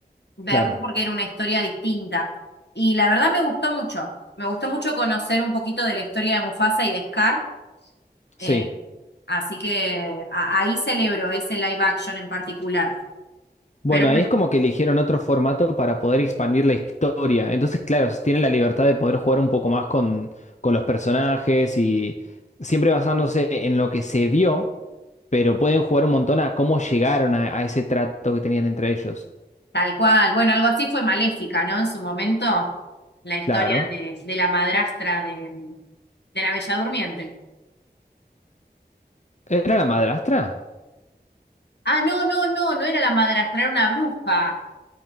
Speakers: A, on the left; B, on the left.
A: verlo
B: Claro,
A: porque era una historia distinta. Y la verdad me gustó mucho. Me gustó mucho conocer un poquito de la historia de Mufasa y de Scar.
B: sí.
A: eh, así que a- ahí celebro ese live action en particular.
B: Bueno,
A: Pero
B: ahí
A: bueno,
B: es como que eligieron otro formato para poder expandir la historia. Entonces, claro, tienen la libertad de poder jugar un poco más con, con los personajes y siempre basándose en lo que se vio, pero pueden jugar un montón a cómo llegaron a, a ese trato que tenían entre ellos.
A: tal cual. Bueno, algo así fue Maléfica, ¿no? En su momento, la historia
B: Claro.
A: de, de la madrastra de, de la Bella Durmiente.
B: ¿Era la madrastra?
A: Ah, no, no, no, no era la madrastra, era una bruja.